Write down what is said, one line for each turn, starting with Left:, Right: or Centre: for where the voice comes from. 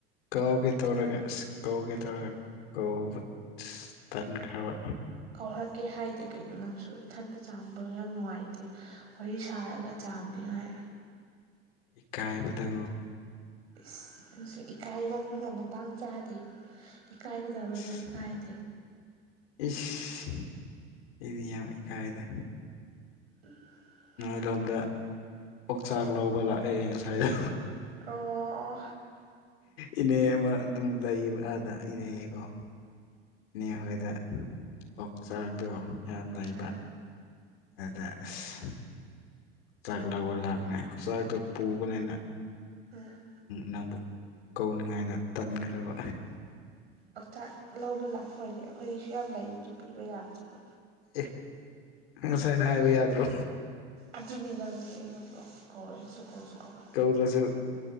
Left: ꯀꯥꯎꯒꯦ ꯇꯧꯔꯒ ꯑꯁ ꯀꯥꯎꯒꯦ ꯇꯧꯔꯒ ꯀꯧꯕ ꯇꯟꯈ꯭ꯔꯕ
Right: ꯀꯧꯔꯛꯀꯦ ꯍꯥꯏꯗꯦ ꯀꯩꯅꯣ ꯅꯪꯁꯨ ꯏꯊꯟꯇ ꯆꯥꯝꯕ ꯌꯥꯝ ꯅꯨꯡꯉꯥꯏ ꯇꯦ ꯋꯥꯔꯤ ꯁꯥꯔꯒ ꯆꯥꯝꯅꯤꯉꯥꯏ
Left: ꯏꯀꯥꯏꯕꯗꯨ
Right: ꯏꯁ ꯅꯪꯁꯨ ꯏꯀꯥꯏꯒꯟꯕꯗ ꯃꯇꯥꯡ ꯆꯥꯗꯦ ꯏꯀꯥꯏꯒꯗꯕꯅ
Left: ꯑꯁ
Right: ꯏ ꯀꯥꯏꯗꯦ
Left: ꯏꯁ ꯑꯩꯗꯤ ꯌꯥꯝ ꯏꯀꯥꯏꯗ
Right: <unintelligible>
Left: ꯅꯣꯏ ꯂꯣꯝꯗ ꯑꯣꯛꯆꯥꯛ ꯂꯧꯕ ꯂꯥꯛꯑꯦ ꯉꯁꯥꯏꯗꯣ
Right: ꯑꯣ
Left: ꯏꯅꯦ ꯑꯃ ꯑꯗꯨꯝ ꯂꯩꯌꯦꯕ ꯑꯥꯗ ꯏꯅꯦꯀꯣ ꯏꯅꯦ ꯍꯣꯏꯗ ꯑꯣꯛꯆꯥꯛꯗꯣ ꯌꯥꯝ ꯂꯩꯕ
Right: ꯑꯥ ꯑꯥ
Left: ꯑꯗ ꯑꯁ ꯆꯥꯛ ꯂꯧꯕ ꯂꯥꯛꯄꯅꯦ ꯑꯣꯛꯆꯥꯛꯇꯣ ꯄꯨꯕꯅꯦꯅ
Right: ꯑ
Left: ꯅꯪꯕꯨ ꯀꯧꯅꯤꯡꯉꯥꯏꯗꯣ ꯇꯟꯈ꯭ꯔꯕ
Right: ꯑꯣꯛꯆꯥꯛ ꯂꯧꯕ ꯂꯥꯛꯄ ꯑꯣꯏꯔꯗꯤ ꯑꯩꯈꯣꯏꯒꯤꯁꯨ ꯌꯥꯝ ꯂꯩꯕꯗꯨ ꯄꯤꯕ ꯌꯥꯒꯗꯨꯕꯨ
Left: ꯑꯦ ꯉꯁꯥꯏꯅ ꯍꯥꯏꯕ ꯌꯥꯗ꯭ꯔꯣ
Right: ꯑꯗꯨꯅꯤ ꯅꯪꯗꯤ ꯑꯩꯅ ꯀꯧꯁꯨ ꯀꯧꯔꯣꯏ ꯑꯩꯁꯨ ꯀꯧꯁꯨ ꯀꯧꯔꯣꯏ
Left: ꯀꯧꯗ꯭ꯔꯁꯨ